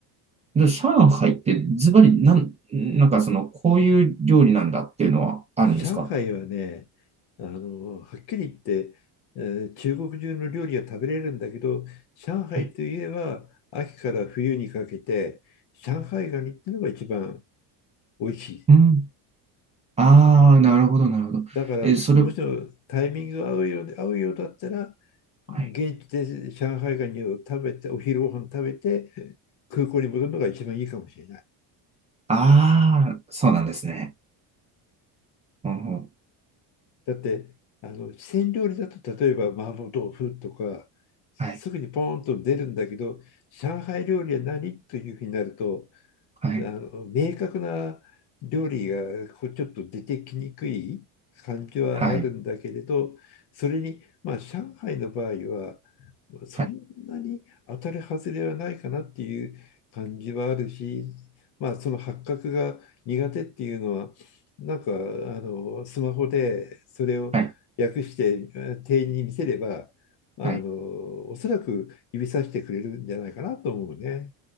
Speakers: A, on the right (about 15°); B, on the left (about 60°).
A: で上海ってズバリ、なん、なんかその、こういう料理なんだっていうのはあるんですか
B: 上海はね、あの、はっきり言って、えー中国中の料理が食べれるんだけど、上海といえば秋から冬にかけて、
A: はい。
B: 上海ガニってのが一番美味しい。
A: うん。ああ、なるほど、なるほど。
B: だから、
A: えーそれ、
B: もしもタイミングが合うようで、
A: は
B: 合うようだったら、現地で上海ガニを食べて、
A: い。
B: お昼ご飯食べて、空港に戻るのが一番いいかもしれない。
A: ああ、そうなんですね。うんうん、
B: だって、あの、四川料理だと、例えば麻婆豆腐とか、すぐにポーンと出るんだけど、
A: はい、
B: 上海料理は何というふうになると、
A: はい、
B: あの明確な料理がこうちょっと出てきにくい感じはあるんだけれど、
A: はい、
B: それに、まあ、上海の場合は、そんなに当たり外れはないかなっていう感じはあるし、
A: はい、
B: まあ、その発覚が苦手っていうのは、なんかあのスマホでそれを訳して店員に見せれば、
A: はい。
B: あのおそらく指さしてくれるんじゃないかなと思うね。
A: はい